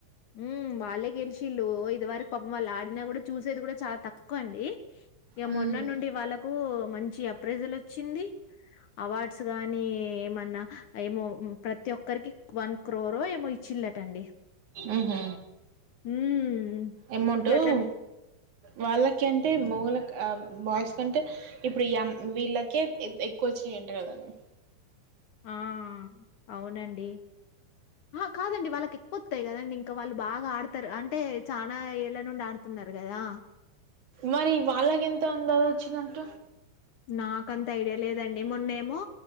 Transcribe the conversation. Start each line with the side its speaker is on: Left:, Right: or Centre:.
Left: మ్మ్ వాళ్ళే గెలిసి ఇళ్ళు ఇదివర పాప వాళ్ళు ఆడినా కూడా చూసేది కూడా చాలా తక్కువ అండి ఇక
Right: హ్మ్
Left: మొన్న నుండి వాళ్ళకు మంచి అప్రైజల్ వచ్చింది. అవార్డ్స్ గాని ఏమన్నా ఏమో ప్రతి ఒక్కరికి వన్ క్రోర్ ఏమో ఇచ్చిల్లటండి
Right: ఉమ్ హు
Left: హ్మ్
Right: అమౌంట్
Left: గట్లనే
Right: హు వాళ్ళకి అంటే మోగుల బాయ్స్ కంటే ఇప్పుడు ఈ వీళ్ళకే ఎక్కువ వచ్చిన అంటా కదండి
Left: ఆ అవునండి ఆ కాదండి వాళ్ళకి ఎక్కువ వత్తయి కదండి ఇంకా వాళ్ళు బాగా ఆడతారు అంటే చానా ఏళ్ళ నుండి ఆడుతున్నారు కదా
Right: మరి వాళ్ళకి ఎంత అందజ వచ్చిదంట
Left: నాకంత ఐడియా లేదండి మొన్నే ఏమో